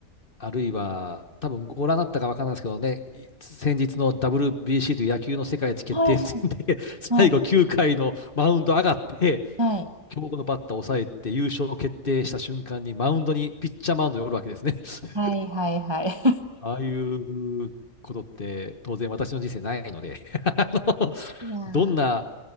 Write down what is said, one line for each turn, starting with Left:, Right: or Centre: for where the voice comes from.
Left: あるいは、多分ご覧になったか分からないですけどね、い先日の WBC という野球の世界一決定戦で
Right: はいはい。
Left: <laughs> 最後9回のマウンド上がって、
Right: はい。はい。
Left: 強豪のバッターを抑えて優勝を決定した瞬間にマウンドに、ピッチャーマウンドにおるわけですね。<laughs>
Right: はいはいはい。<laughs>
Left: ああいうことって当然私の人生ないので <laughs> あの
Right: いやー、
Left: どんな